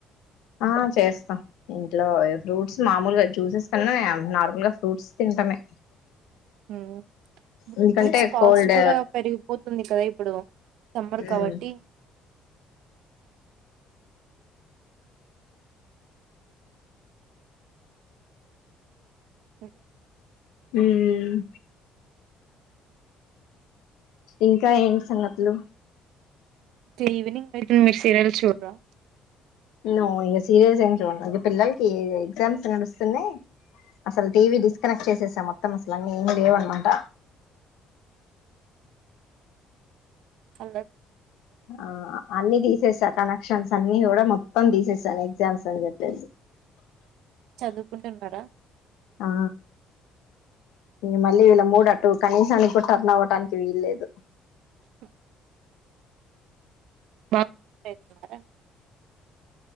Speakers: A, on the left; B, on the right.
A: ఆ చేస్తా ఇంట్లో ఫ్రూట్స్ మామూలుగా జ్యూసెస్ కన్నా నార్మల్ గా ఫ్రూట్స్ తింటామే,
B: ఉ ఫ్రూట్స్
A: ఎందుకంటే
B: కాస్ట్
A: కోల్డ్
B: కూడా పెరిగిపోతుంది కదా ఇప్పుడు, సమ్మర్
A: ఉమ్
B: కాబట్టి హుమ్
A: ఉమ్మ్ ఇంకా ఏంటి సంగతులు
B: ఈవినింగ్ అయితే మీరు సీరియల్స్ చూడరా
A: నో ఇగ సీరియల్స్ ఏం చూడను ఇగ పిల్లలకి ఎగ్జామ్స్ నడుస్తున్నాయి అసలు టీవీ డిస్కనెక్ట్ చేసేసా మొత్తం అసలు అన్నీ ఏం లేవనమాట
B: అల్లాగ్
A: ఆ అన్ని తీసేస్తా కనెక్షన్స్ స్ అన్నీ కూడా మొత్తం తీసేసాను ఎగ్జామ్స్ అని చెప్పేసి
B: చదువుకుంటున్నారా
A: ఆ మళ్ళీ వీళ్ళ మూడు అటు కనీసానికి కూడా టర్న్ అవ్వటానికి వీల్లేదు
B: హ్ బ <unintelligible> అయితున్నారా